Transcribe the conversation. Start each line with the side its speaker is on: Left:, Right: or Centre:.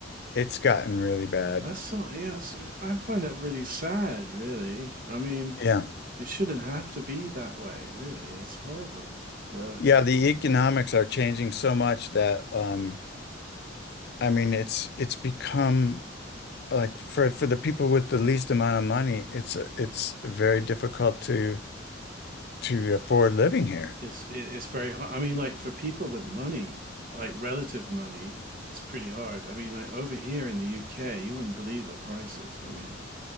Left: it's gotten really bad.
Right: That's so yeah, it's- I find that really sad, really. I mean,
Left: Yeah.
Right: it shouldn't have to be that way, really. It's horrible. But
Left: Yeah, the economics are changing so much that um I mean it's it's become like for for the people with the least amount of money, it's it's very difficult to to afford living here.
Right: It's it- it's very hard. I mean, like for people with money, like relative money, it's pretty hard. I mean, like over here in the UK, you wouldn't believe the prices. I mean,